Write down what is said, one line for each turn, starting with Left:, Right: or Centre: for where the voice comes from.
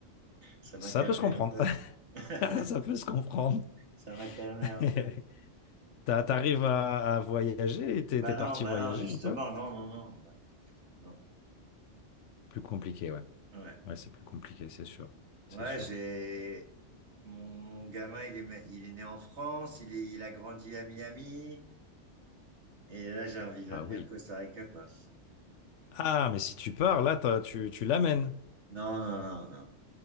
Right: Ça m'a
Left: Ça
Right: calmé
Left: peut se comprendre.
Right: un peu.
Left: <laughs>
Right: <laughs>
Left: Ça peut se comprendre.
Right: Ça m'a calmé
Left: <laughs>
Right: un peu.
Left: T'as- T'arrives à, à voyager? T'es
Right: Bah
Left: t'es parti
Right: non, bah
Left: voyager
Right: non, justement,
Left: un peu?
Right: non, non, non, bah non.
Left: Plus compliqué, ouais.
Right: Ouais,
Left: Ouais, c'est plus compliqué, c'est sûr.
Right: ouais,
Left: C'est sûr.
Right: j'ai mon, mon gamin, il est ma- il est né en France, il est, il a grandi à Miami, et là j'ai envie de
Left: Ah
Right: l'amener
Left: oui.
Right: au Costa Rica, quoi.
Left: Ah, mais si tu pars, là, t'as- tu, tu l'amènes.
Right: Non, non, non, non.